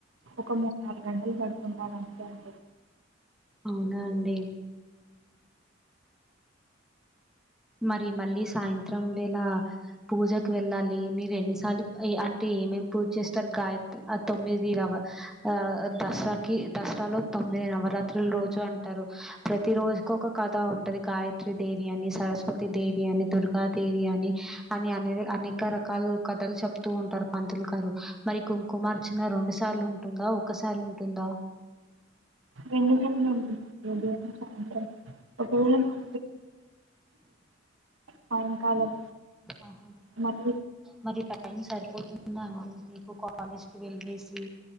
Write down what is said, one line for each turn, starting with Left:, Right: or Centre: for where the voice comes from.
Right: ఒక మూడు నాలుగు గంటలు పడుకుంటానుంతే అడి
Centre: అవునా అండి మరి మళ్ళీ సాయంత్రం వేళ పూజకి వెళ్ళాలి మీరు ఎన్నిసార్లు అంటే ఏమేం పూజ చేస్తారు గాయత్రి ఆ తొమ్మిది రవ ఆ దసరాకి దసరాలో తొమ్మిది నవరాత్రుల రోజు అంటారు ప్రతి రోజుకి ఒక కథ ఉంటది గాయత్రి దేవి అని సరస్వతి పపతి దేవి అని దుర్గాదేవి అని అని అనే అనేక రకాల కథలు చెప్తూ ఉంటారు పంతులు గారు మరి కుంకుమార్చన రెండు సార్లు ఉంటుందా ఒకసారి ఉంటుందా
Right: రెండు వే ఉ సాయంత్రం ఒకవేళ మ సాయంకాలం
Centre: ఆహా
Right: మళ్ళీ
Centre: మరి టైం సరిపోతుందా అండి మీకు కాలేజ్కి వెళ్ళసి